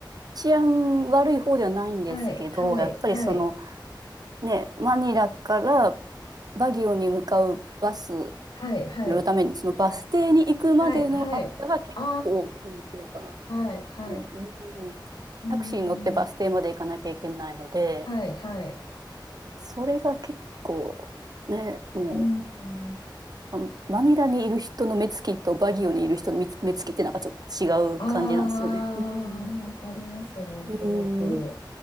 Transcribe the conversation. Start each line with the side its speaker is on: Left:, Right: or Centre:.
Right: 治安悪い方ではないんですけど、
Left: はい、はい、
Right: やっぱりその
Left: はい、
Right: ね、マニラからバギオに向かうバス
Left: はい、はい、
Right: に乗るために、そのバス停に行くまでの間が結構緊張感、
Left: はい、はい。ああ、はい、はい。
Right: うん、うんタクシーに乗ってバス停まで行かなきゃいけないので、
Left: うーん、はい、はい。
Right: それが結構ね、もう
Left: うーん
Right: あのマニラにいる人の目つきとバギオにいる人の目つ目つきってなんかちょっと違う感じなんですよね。
Left: あー、
Right: うん。
Left: わかります、なんとなく。
Right: うん。